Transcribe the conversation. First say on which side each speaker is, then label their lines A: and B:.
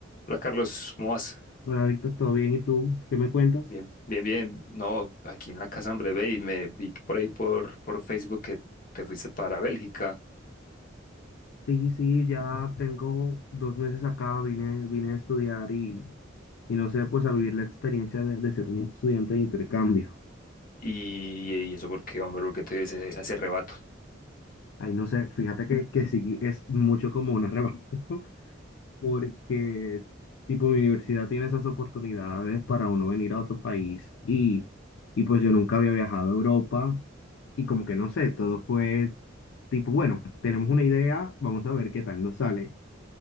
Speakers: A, on the left (about 45°); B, on the left (about 65°).
A: Hola Carlos, ¿cómo vas?
B: Hola, Víctor, ¿todo bien? ¿Y tú? ¿Qué me cuentas?
A: Bien, bien, bien. No, aquí en la casa, hombre, ve y me vi por ahí por, por Facebook que te fuiste para Bélgica.
B: Sí, sí, ya tengo dos meses acá, vine, vine a estudiar y, y no sé, pues a vivir la experiencia de, de ser un estudiante de intercambio.
A: Y, y eso porque, hombre, porque te dio ese, ese rebato.
B: Ahí no sé, fíjate que, que sí es mucho como un arrebato, <laughs> porque tipo mi universidad tiene esas oportunidades para uno venir a otro país y, y pues yo nunca había viajado a Europa y como que no sé, todo fue tipo, bueno, tenemos una idea, vamos a ver qué tal nos sale.